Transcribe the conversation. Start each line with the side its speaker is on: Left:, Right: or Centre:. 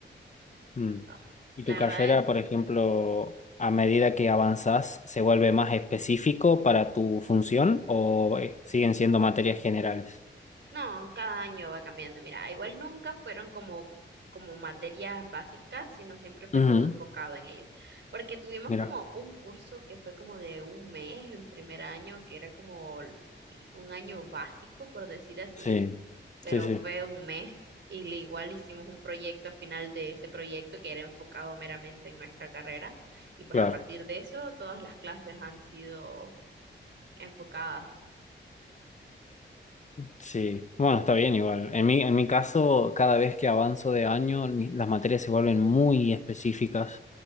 Left: Mm.
Right: Ah,
Left: ¿Y
Right: la
Left: tu carrera,
Right: verdad,
Left: por ejemplo, a medida que avanzás, se vuelve más específico para tu función o eh, siguen siendo materias generales?
Right: No, cada año va cambiando. Mira, igual nunca fueron como, como materias básicas, sino siempre fue
Left: Ujú,
Right: todo enfocado en ellos. Porque tuvimos
Left: mira,
Right: como un curso que fue como de un mes en primer año, que era como l- un año básico, por decir así,
Left: sí,
Right: pero
Left: sí, sí,
Right: fue un mes. Y le- igual hicimos un proyecto a final de ese proyecto que era enfocado meramente en nuestra carrera. Y pues
Left: claro,
Right: a partir de eso, todas las clases han sido enfocadas
Left: sí. Bueno, está bien igual. En mi, en mi caso, cada vez que avanzo de año, mi- las materias se vuelven muy específicas